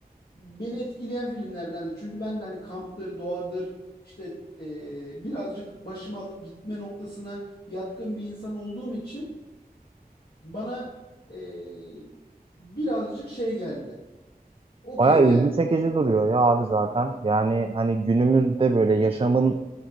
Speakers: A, on the left (about 80°); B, on the right (about 35°).
A: beni etkileyen filmlerdendi. Çünkü ben de hani kamptır, doğadır, işte e, birazcık başımı alıp gitme noktasına yatkın bir insan olduğum için bana e, birazcık şey geldi. Okey
B: Bayağı
A: geldi.
B: ilgi çekici duruyor ya abi zaten. Yani hani günümüzde böyle yaşamın